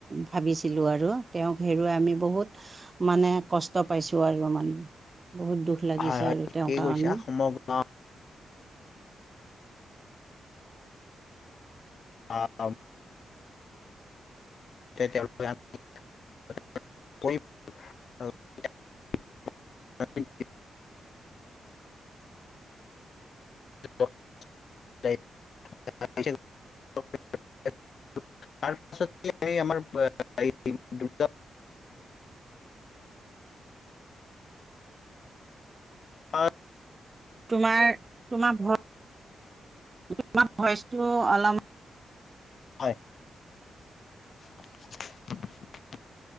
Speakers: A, on the right; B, on the left.
A: ভাবিছিলো আৰু তেওঁক হেৰুৱাই আমি বহুত মানে কষ্ট পাইছো আৰু মানে বহুত দুখ লাগিছে।
B: হয়
A: আৰু
B: ঠিকেই
A: তেওঁৰ কাৰণে
B: কৈছা সমগ্ৰ অউ <unintelligible> পাছত মান <unintelligible> অ <unintelligible>
A: তোমাৰ তোমাৰ ভ তোমাৰ ভইচটো অলপমান
B: হয়। <unintelligible>